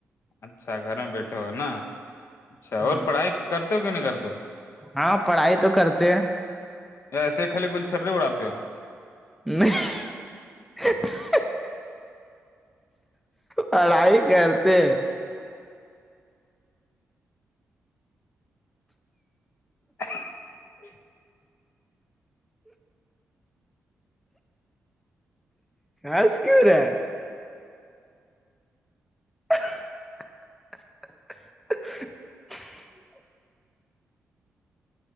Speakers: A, on the left; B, in the centre.
A: اچھا گھر میں بیٹھے ہو نا اچھا
B: ہاں
A: اور پڑھائی کرتے کہ نہیں کرتا
B: ہاں پڑھائی تو کرتے ہیں <unintelligible>
A: یا ایسے خالے گل چھررے اڑاتے ہو
B: نہیں <unintelligible> پڑھائی کرتے ہیں <unintelligible>
A: <inaudible>
B: آج کی رہا <unintelligible> <inaudible>